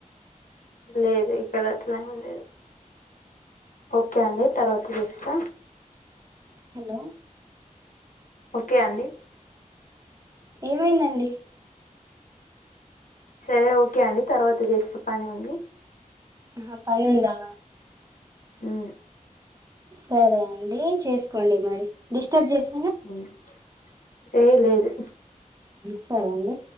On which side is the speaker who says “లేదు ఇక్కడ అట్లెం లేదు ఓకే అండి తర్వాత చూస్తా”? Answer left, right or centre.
Left